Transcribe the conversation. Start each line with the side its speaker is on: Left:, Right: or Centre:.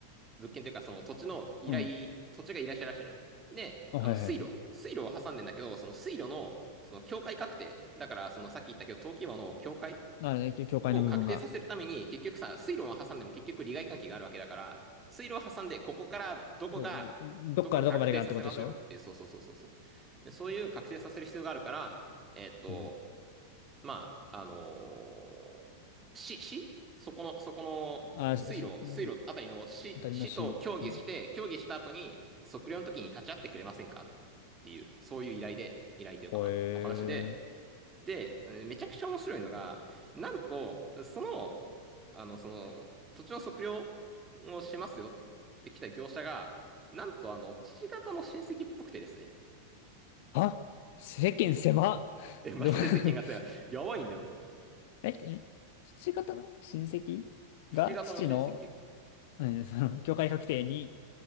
Right: 物件というか、その土地の依頼、
Left: うん。
Right: 土地が依頼者らしいのよ。で、
Left: あ、
Right: あの、
Left: はいはいはい。
Right: 水路、水路を挟んでんだけど、その水路の、その境界確定、だから、そのさっき言ったけど、登記簿の境界
Left: なので、教会の部分が。
Right: を確定させるために、結局さ、水路を挟んでも結局利害関係があるわけだから、水路を挟んで、ここからどこが、
Left: どどっからどこまでがってことでしょ
Right: どこが確定させますよっていう、そうそうそうそうそう。そういう確定させる必要があるから、えーっと、
Left: うん。
Right: まあ、あのー市、市そこの、そこの水路、
Left: あ、しし
Right: 水路あたりの市、
Left: 当たりの市。
Right: 市と協議して、
Left: うん
Right: 協議した後に測量の時に立ち会ってくれませんかっていう、そういう依頼で、依頼というかまあ、
Left: ほえー。
Right: お話で、で、めちゃくちゃ面白いのが、なんと、その、あの、その、土地の測量をしますよって来た業者が、なんとあの、父方の親戚っぽくてですね。
Left: あ、世間狭っ。
Right: え、マジで世間がさ、
Left: ど、<laughs>
Right: やばいんだよ。
Left: え、ん父方の親戚が父の、
Right: 父方の親戚。
Left: うんその、教会確定に、